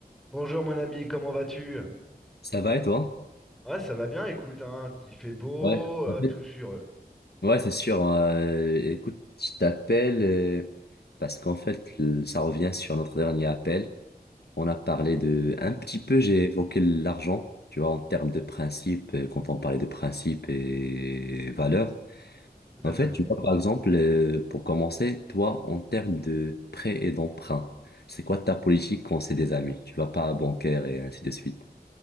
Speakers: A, in the centre; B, on the left.
A: Bonjour mon ami, comment vas-tu?
B: Ça va et toi?
A: Ouais, ça va bien, écoute, hein, il fait beau,
B: Ouais,
A: euh,
B: en
A: tout,
B: fait,
A: je suis heureux,
B: ouais, c'est sûr. hein, euh, écoute, je t'appelle euh, parce qu'en fait, le- ça revient sur notre dernier appel. On a parlé de un petit peu, j'ai évoqué l'argent, tu vois, en termes de principe, euh, quand on parlait de principe et valeurs.
A: tout
B: En
A: à fait.
B: fait, tu vois, par exemple, euh, pour commencer, toi, en termes de prêt et d'emprunt, c'est quoi ta politique quand c'est des amis? Tu vas pas à bancaire et ainsi de suite.